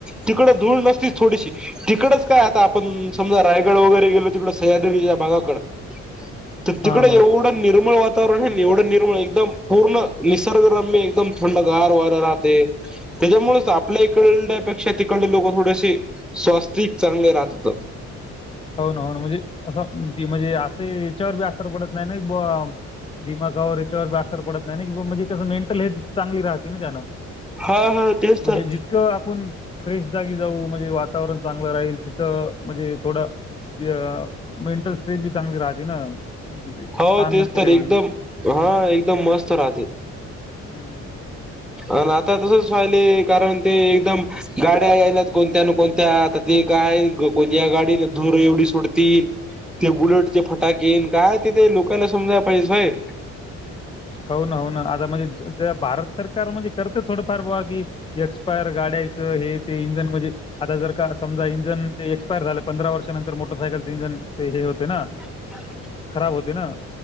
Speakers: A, in the centre; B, on the left.
A: तिकडं धूळ नसतीच थोडीशी‌. तिकडच काय आता आपण समजा रायगड वगैरे गेलो तिकडं सह्याद्री या भागाकडं, तर
B: हा
A: तिकडे
B: हा.
A: एवढं निर्मळ वा वातावरण एवढं निर्मळ, एकदम पूर्ण निसर्गरम्य, एकदम थंडगार वारा राहते. त्याच्यामुळेच आपल्या इकडल्यापेक्षा तिकडले लोक थोडेसे स्वास्थिक चांगले राहत होत.
B: हो ना हो ना, म्हणजे असं बी म्हणजे असं याच्यावर बी असर पडत नाही ना <unintelligible> दिमागावर याच्यावर बी असर पडत नाही ना, की म्हणजे कसं मेंटल हेल्थ चांगली राहते ना त्यांना
A: हा हा तेच
B: म्हणजे
A: तर
B: जितकं आपण फ्रेश जागी जाऊ म्हणजे वातावरण चांगलं राहील, तिथं म्हणजे थोडं ते, मेंटल स्ट्रेस बी चांगली राहते ना. ते
A: हो
B: ताण
A: तेच
B: नसते
A: तर
B: काही
A: एकदम हा एकदम मस्त राहते?
B: हम्म,
A: अ आता तसच राहिले कारण ते एकदम! गाड्या यायल्यात कोणत्या न कोणत्या आता काय कोणत्या गाडी धूर एवढी सोडतील. ते बुलटचे फटाके येन काय तेथे लोकाला समजाला पाहिजे होय.
B: हो ना हो ना आता म्हणजे भारत सरकार म्हणजे करते थोडं फार बुआ की, एक्सपायर गाड्यायचं हे ते इंजन मध्ये! आता जर का समजा इंजन ते एक्पायर झालं पंधरा वर्षानंतर मोटरसायकलचे इंजन ते हे होते ना.
A: ह,
B: खराब होते ना